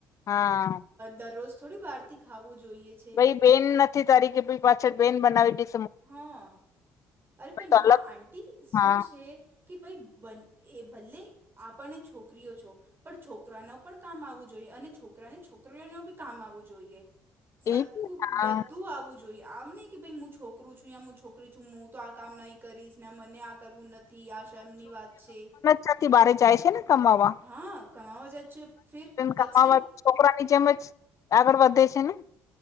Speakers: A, on the left (about 50°); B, on the right (about 30°).
A: હા
B: દરરોજ થોડી બહારથી ખાવું જોઈએ છે.
A: ભાઈ બેન નથી તારી કે પહી પાછળ બેન બનાવી દી
B: હા અરે પણ
A: તો
B: ના
A: અલગ
B: આંટી શું
A: હા
B: છે કે ભાઈ બન એ ભલે આપને છોકરીઓ છો પણ છોકરા ન પણ કામ આવવું જોઈએ અને છોકરાને છોકરીઓ ન બી કામ આવવું જોઈએ. સરખું
A: એ હા
B: બધું આવવું જોઈએ આમ નહી કે ભઈ હું છો છું હું છોકરી છું હું તો આ કામ નહીં કરીશ ને મને આ કરવું નથી આ શર્મની વાત છે.
A: છાથી બારે જાય છે ને કમાવા
B: હા કમાવા જ છે ફિર પછી
A: કમાવા છોકરા ની જેમ જ આગળ વધે છે ને